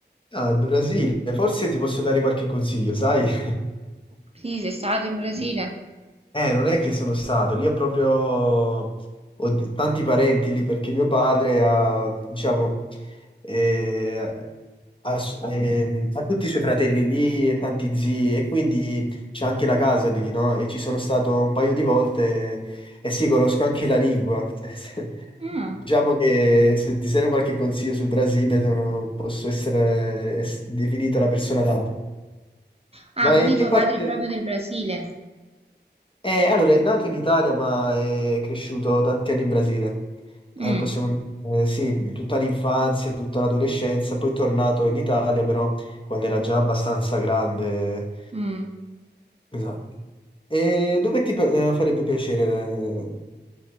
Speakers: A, on the left (about 30°); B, on the right (about 35°).
A: Ah, il Brasile. Forse ti posso dare qualche consiglio, sai? <laughs>
B: Sì, sei stato in Brasile.
A: Eh, non è che sono stato, lì ho proprio ho d- tanti parenti lì perché mio padre ha, diciamo, eh, ha, s- ehm, ha tutti i suoi fratelli lì e tanti zii e quindi c'è anche la casa lì, no? E ci sono stato un paio di volte e sì, conosco anche la lingua. <laughs>
B: Mm.
A: Diciamo che se ti serve qualche consiglio sul Brasile, sono- posso essere eh, s- definita la persona adatta.
B: Ah,
A: Ma
B: quindi
A: in che
B: tuo
A: parte...
B: padre è proprio del Brasile.
A: Eh, allora, è nato in Italia, ma è cresciuto tanti anni in Brasile. Eh,
B: Mm,
A: possiamo, eh, sì, tutta l'infanzia, tutta l'adolescenza, poi è tornato in Italia, però quando era già abbastanza grande.
B: mm.
A: Esatto. E dove ti eh, farebbe piacere? eh,